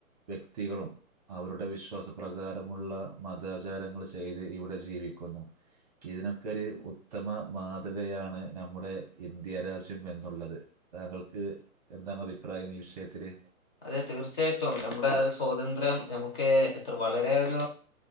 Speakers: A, on the right; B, on the left.
A: വ്യക്തികളും അവരുടെ വിശ്വാസ പ്രകാരമുള്ള മതാചാരങ്ങൾ ചെയ്ത് ഇവിടെ ജീവിക്കുന്നു ഇതിനൊക്കൊരു ഉത്തമ മാതൃകയാണ് നമ്മുടെ ഇന്ത്യ രാജ്യം എന്നുള്ളത് താങ്കൾക്ക് എന്താണ് അഭിപ്രായം ഈ വിഷയത്തില്
B: അതെ തീർച്ചയായിട്ടും നമ്മുടെ സ്വാതന്ത്ര്യം ഞമക്ക് എത്ര വളരെ ഒരു